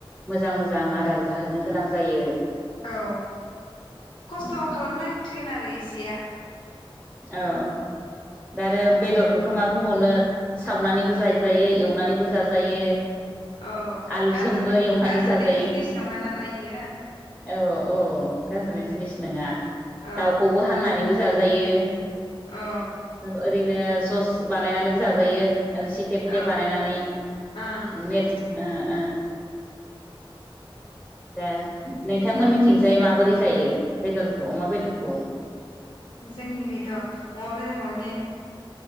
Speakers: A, in the centre; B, on the left.
A: मोजां मोजां आदार जाहोनो गोनां जायो।
B: औ खस्थ'
A: उम
B: खालामनाय सिगोन आरो इसेया
A: औ दा आरो
B: उम
A: बेदरखौथ' माब बुंबावनो सावनानैबो जायजायो एवनानैबो जाजायो।
B: औ
A: आलुजोंबो
B: गारजाना
A: एवनानै
B: गारजानाय
A: जाजायो
B: जिनिस नङा नालाय इयो।
A: औ औ गारजानाय जिनिस नोङा।
B: ओ
A: दाउखौबो हांनानैबो जाजायो।
B: औ
A: औ ओरैनो जस बानायनानैबो जाजायो। रोसि तेब तेब
B: औ
A: बानायनानै
B: ओं
A: नुनेरसो ओ ओ दा नोंथांमोननिथिंजाय माबोरै जायो बेदरखौ अमा बेदरखौ?
B: जोंनिखैथ' अमा बेदरखौ माने